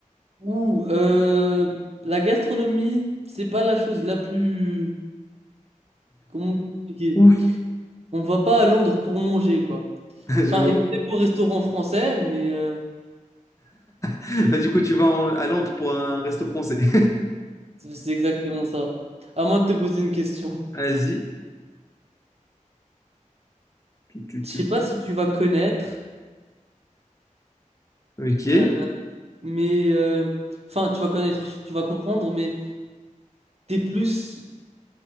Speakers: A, on the right; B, on the left.
A: Ou euh, la gastronomie, c'est pas la chose la plus... Comment t'expliquer?
B: Ouf,
A: On va pas à Londres pour manger, quoi.
B: <laughs> je
A: Enfin,
B: vois.
A: il y a des beaux restaurants français, mais euh,
B: <laughs> Bah, du coup, tu vas en- à Londres pour un resto français. <laughs>
A: c'est c'est exactement ça. À moi de te poser une question.
B: Asie. Tu, tu,
A: Je
B: tu.
A: sais pas si tu vas connaître,
B: Ok.
A: euh, mais... euh, Enfin, tu vas connaître, tu vas comprendre, mais t'es plus